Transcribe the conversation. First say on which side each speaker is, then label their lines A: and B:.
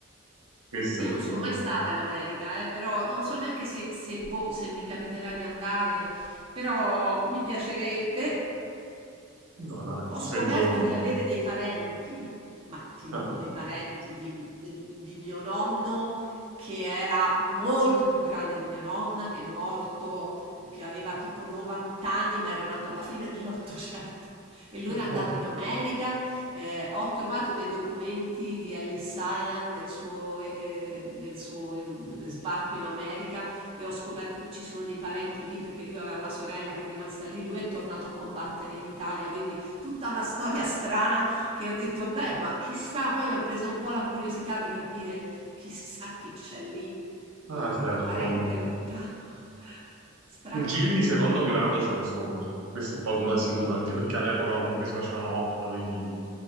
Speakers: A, on the right (about 85°); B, on the right (about 25°).
A: Questo
B: Io
A: è il
B: non
A: problema.
B: sono mai stata in America, eh, però non so neanche se, se, boh, se mi capiterà di andare, però mi piacerebbe.
A: No, dai,
B: Ho
A: sei
B: scoperto
A: giovane.
B: di avere dei parenti, ma ti
A: Ah,
B: dico dei parenti di, di- di mio nonno che era molto più grande di mia nonna, che è morto, che aveva tipo 90 anni, ma era nato alla fine dell'Ottocento. E lui
A: eh,
B: era andato
A: oh,
B: in America. eh, ho trovato dei documenti di Ellis Island, del suo, eh, del suo mm, sbarco in America, e ho scoperto che ci sono dei parenti lì perché lui aveva una sorella che è rimasta lì. Lui è tornato a combattere in Italia, quindi tutta una storia strana che ho detto, beh, ma chissà, poi mi è presa un po' la curiosità di capire chissà chi c'è lì di,
A: ah, certo,
B: di parente
A: vabbè.
B: Mm. lontano. <laughs> Strano,
A: Cugini
B: no?
A: di secondo grado ce ne sono, questo è poco ma sicuro,
B: Eh,
A: anche perché all'epoca comunque si facevano 8-9 figli,